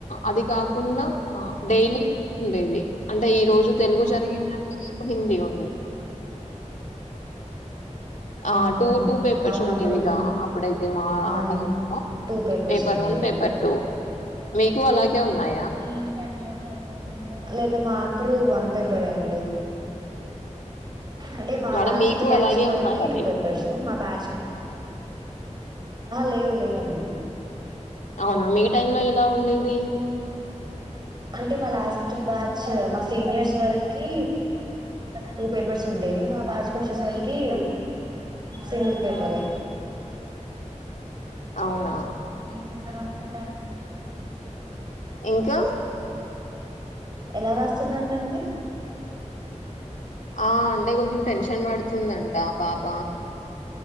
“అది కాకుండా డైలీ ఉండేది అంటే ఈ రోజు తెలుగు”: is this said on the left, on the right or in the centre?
Left